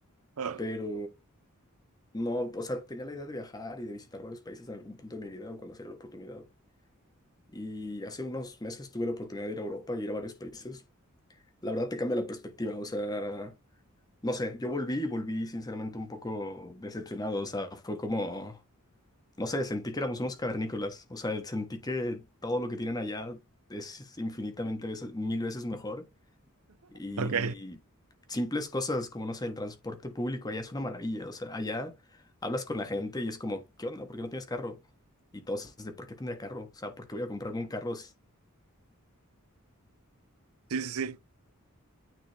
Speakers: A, on the right; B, on the left.
A: Ah,
B: pero no, o sea, tenía la idea de viajar y de visitar varios países en algún punto de mi vida o cuando hacía la oportunidad. Y hace unos meses tuve la oportunidad de ir a Europa y ir a varios países. La verdad te cambia la perspectiva, o sea, no sé, yo volví y volví sinceramente un poco decepcionado, o sea, fue como... No sé, sentí que éramos unos cavernícolas. O sea, sentí que todo lo que tienen allá es infinitamente veces, mil veces mejor. Y
A: ok.
B: simples cosas como, no sé, el transporte público allá es una maravilla. O sea, allá hablas con la gente y es como, ¿qué onda? ¿Por qué no tienes carro? Y todos es de, ¿por qué tendría carro? O sea, ¿por qué voy a comprarme un carro si
A: Sí, sí, sí.